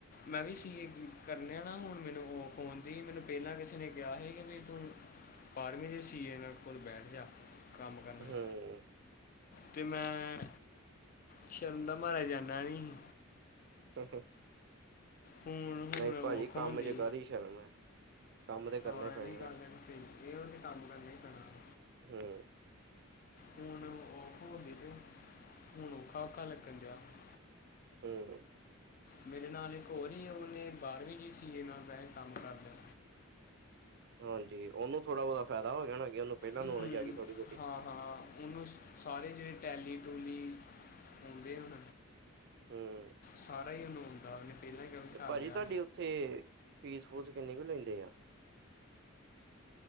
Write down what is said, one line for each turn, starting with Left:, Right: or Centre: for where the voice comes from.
Left: ਮੈਂ ਵੀ ਸੀ ਏ ਕਰਨਿਆ ਨਾ ਹੁਣ ਮੈਨੂੰ ਔਖ ਓਨ ਦੀ ਮੈਨੂੰ ਪਹਿਲਾਂ ਕਿਸੇ ਨੇ ਕਿਹਾ ਸੀ ਕਿ ਵੀ ਤੂੰ ਬਾਰਵੀ ਦੇ ਸੀਏ ਨਾਂ ਕੋਲ ਬੈਠ ਜਾ ਕੰਮ ਕਰਨਾ
Right: ਹੂੰ
Left: ਤੇ ਮੈਂ ਸ਼ਰਮ ਦਾ ਮਾਰਾ ਜਾਂਦਾ ਨੀ ਸੀ
Right: ਹ <unintelligible>
Left: ਹੁਣ
Right: ਨਈ
Left: ਹੁਣ ਔਖ
Right: ਪਾਜੀ ਕੰਮ
Left: ਹੁੰਦੀ
Right: ਚ ਕਾਦੀ ਸ਼ਰਮ ਕੰਮ ਤੇ ਕਰਨੇ
Left: ਹਾਂ ਇਹੀ
Right: ਪੈਣੇ
Left: ਗੱਲ
Right: ਆ
Left: ਸਹੀ ਇਹ ਉਹ ਤੇ ਕੰਮ ਕਰਨਾ ਹੀ ਪੈਣਾ। <unintelligible>
Right: ਹੂੰ
Left: ਹੁਣ ਔਖ ਹੋ ਗਏ ਤੇ ਹੁਣ ਔਖਾ ਔਖਾ ਲੱਗਣ ਜਯਾ। <unintelligible>
Right: ਹਮਮ। <inaudible>
Left: ਮੇਰੇ ਨਾਲ ਇੱਕ ਹੋਰ ਹੀ ਉਹਨੇ ਬਾਰਵੀਂ ਜੀ ਸੀ ਏ ਨਾਲ ਬਹਿ ਕੇ ਕੰਮ ਕਰ ਲਿਆ।
Right: ਹਾਂਜੀ ਉਹਨੂੰ ਥੋੜ੍ਹਾ ਬਹੁਤਾ ਫਾਇਦਾ ਹੋ ਗਿਆ ਹੋਣਾ ਉਹਨੂੰ। ਪਹਿਲਾਂ
Left: ਹਮ
Right: ਨੌਲੇਜ ਆ ਗਈ ਥੋੜੀ ਬਹੁਤੀ
Left: ਹਾਂ। ਹਾਂ ਉਹ ਨੂੰ ਸਾਰੇ ਜਿਹੜੇ ਟੈਲੀ ਟੂਲੀ ਆਉਂਦੇ ਹੁਣ।
Right: ਹੂੰ
Left: ਸਾਰਾ ਹੀ ਉਹਨੂੰ ਆਂਦਾ ਉਹਨੇ ਪਹਿਲਾਂ ਕਿ ਵੀ
Right: ਤੇ
Left: ਕਰ
Right: ਭਾਜੀ
Left: ਲਿਆ।
Right: ਤੁਹਾਡੀ ਉੱਥੇ ਫੀਸ ਫੂਸ ਕਿੰਨੀ ਕੁ ਲੈਂਦੇ ਆ।